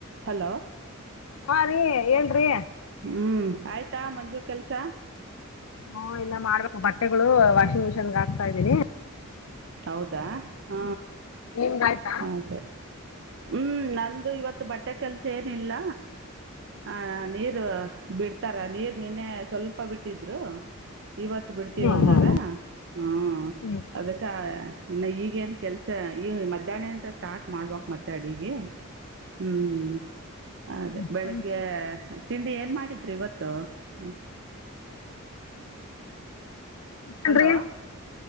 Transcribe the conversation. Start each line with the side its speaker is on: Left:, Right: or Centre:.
Right: Hello
Left: ಹಾ ರೀ ಹೇಳ್ರಿ
Right: ಹ್ಮ್ ಆಯ್ತಾ ಮಂಜು ಕೆಲ್ಸ.
Left: ಹಾ ಇಲ್ಲ ಮಾಡ್ಬೇಕು ಬಟ್ಟೆಗಳು ವಾಷಿಂಗ್ ಮಿಷಿನ್ಗ ಹಾಕ್ತಾ ಇದ್ದೀನಿ.
Right: ಹೌದಾ ಹ
Left: ನಿಮ್ದು ಆಯಿತಾ
Right: ಹಾಗ ಸರಿ ಹ್ಮ್ ನ ಅದು ಇವತ್ತು ಬಟ್ಟೆ ಕೆಲ್ಸ ಏನಿಲ್ಲ. ಹ ನೀರು ಬಿಡ್ತಾರ ನೀರು ನಿನ್ನೆ ಸ್ವಲ್ಪ ಬಿಟ್ಟಿದ್ರು. ಇವತ್ತು ಬಿಡ್ತೀವಿ
Left: ಹ್ಞೂ
Right: ಹಂದರೆ
Left: ಹ್ಞೂ
Right: ಹಾ
Left: ಹ್ಞೂ
Right: ಅದಕ್ಕೆ ಇನ್ನು ಈಗೇನ್ ಕೆಲ್ಸ ಈ ಮಧ್ಯಾಹ್ನ ಅಂತ ಸ್ಟಾರ್ಟ್ ಮಾಡ್ಬಕ್ ಮತ್ತೆ ಅಡಿಗೆ ಹ್ಮ್ ಅದೇ
Left: ಟಿಫನ್
Right: ಬೆಳಿಗ್ಗೆ
Left: ರೀ
Right: ತಿಂಡಿ ಏನ್ ಮಾಡಿದ್ರಿ ಇವತ್ತು ಹ
Left: ಟಿಫನ್
Right: ಹಲೋ
Left: ರೀ